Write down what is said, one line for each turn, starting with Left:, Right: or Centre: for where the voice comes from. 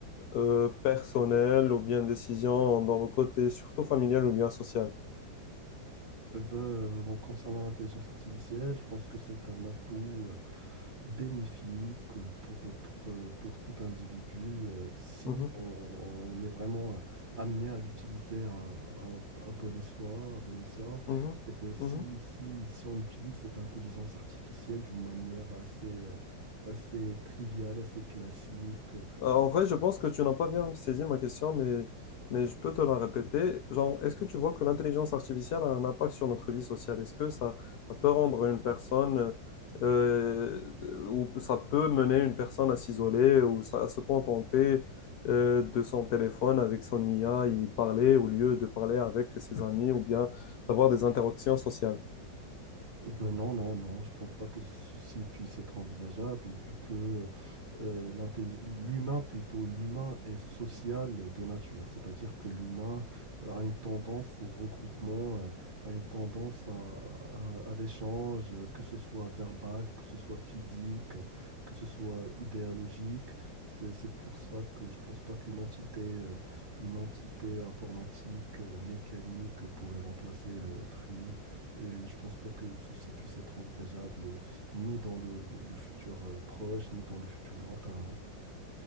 Left: euh, personnelle ou bien décision dans le côté surtout familial ou bien social?
Right: Euh, ben, en concernant l'intelligence artificielle, je pense que c'est un atout euh, bénéfique euh, pour, pour, euh, pour tout individu euh, si
Left: Mhm,
Right: on, on est vraiment euh, amené à l'utiliser à, à- à bon espoir, à bon essor.
Left: mhm,
Right: Et ben, si,
Left: mhm.
Right: si, si on utilise cette intelligence artificielle d'une manière assez, euh, assez triviale, assez classique, euh,
Left: Euh, En vrai, je pense que tu n'as pas bien saisi ma question, mais, mais je peux te la répéter. Genre, est-ce que tu vois que l'intelligence artificielle a un impact sur notre vie sociale? Est-ce que ça, ça peut rendre une personne, euh, ou ça peut mener une personne à s'isoler ou ça- à se contenter, euh, de son téléphone avec son IA, y parler au lieu de parler avec ses amis ou bien d'avoir des interactions sociales?
Right: Euh, Ben non, non, non, je pense pas que ceci puisse être envisageable vu que euh, l'intelli- l'humain plutôt, l'humain est social de nature, c'est-à-dire que l'humain a une tendance au regroupement, euh, a une tendance à, à- à l'échange, euh, que ce soit verbal, que ce soit physique, euh, que ce soit idéologique. C'est, c'est pour ça que je pense pas qu'une entité, euh, une entité informatique, euh, mécanique pourrait remplacer euh, autrui. Et je pense pas que ceci puisse être envisageable euh, ni dans le, le- le futur euh, proche, ni dans le futur lointain. hein.